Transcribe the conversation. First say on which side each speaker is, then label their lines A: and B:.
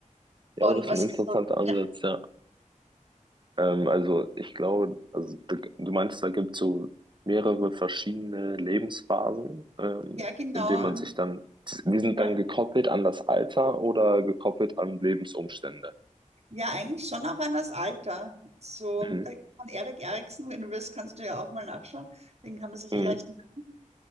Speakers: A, on the right; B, on the right.
A: Ja,
B: Und
A: aber das
B: was
A: ist ein
B: ist
A: interessanter
B: so,
A: Ansatz,
B: ja,
A: ja. Ähm, also ich glaube, also du, du meinst, da gibt es so mehrere verschiedene Lebensphasen, ähm,
B: ja, genau.
A: in denen man
B: Und,
A: sich dann, die sind
B: ja.
A: dann gekoppelt an das Alter oder gekoppelt an Lebensumstände.
B: Ja, eigentlich schon auch an das Alter. So,
A: Mhm.
B: da von Erik Eriksen, wenn du willst, kannst du ja auch mal nachschauen. Den kann man sich
A: Mhm.
B: eh leicht merken.